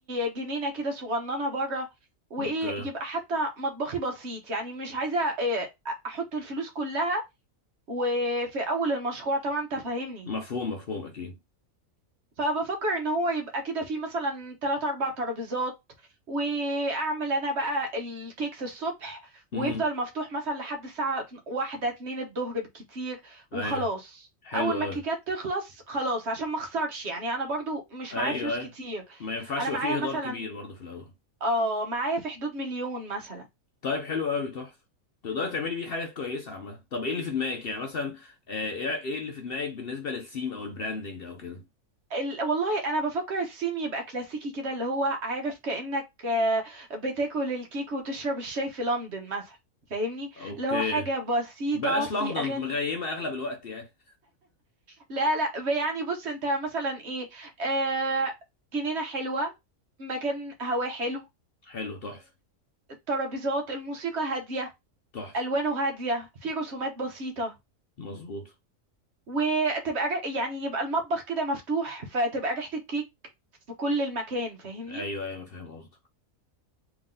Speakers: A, on the right; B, on the left.
A: جنينه كده صغننه بره وايه
B: اوكي
A: يبقى حتى مطبخي بسيط يعني مش عايزه آه، احط الفلوس كلها وفي اول المشروع طبعا انت فاهمني
B: مفهوم مفهوم اكيد
A: فبفكر ان هو يبقى كده في مثلا تلات اربع ترابيزات واعمل انا بقى الكيكس الصبح
B: امم
A: ويفضل مفتوح مثلا لحد الساعة واحدة اتنين الظهر بالكتير وخلاص
B: ايوه حلو
A: اول ما
B: قوي
A: الكيكات تخلص خلاص عشان ما اخسرش يعني انا برضو مش
B: ايوه
A: معايا فلوس
B: ايوه
A: كتير
B: ما ينفعش
A: انا
B: يبقى
A: معايا
B: فيه
A: مثلا
B: هدار كبير برضه في الاول
A: اه معايا في حدود مليون مثلا
B: طيب حلو قوي تحفه تقدري تعملي بيه حاجات كويسه عامه طب ايه اللي في دماغك يعني مثلا آه، ايه إيه اللي في دماغك بالنسبه للثيم او البراندنج او كده
A: ال... والله انا بفكر الثيم يبقى كلاسيكي كده اللي هو عارف كأنك آه، بتاكل الكيك وتشرب الشاي في لندن مثلا فاهمني
B: اوكي
A: اللي هو حاجة بسيطة
B: بلاش
A: في
B: لندن
A: أغاني
B: مغيمة اغلب الوقت يعني
A: لا لا يعني بص انت مثلا ايه آه جنينة حلوة مكان هواه حلو
B: حلو تحفة
A: والترابيزات الموسيقى هادية
B: تحفة
A: ألوانه هادية في رسومات بسيطة
B: مظبوط
A: وتبقى ر- يعني يبقى المطبخ كده مفتوح فتبقى ريحة الكيك في كل المكان فاهمني
B: ايوه ايوه فاهم قصدك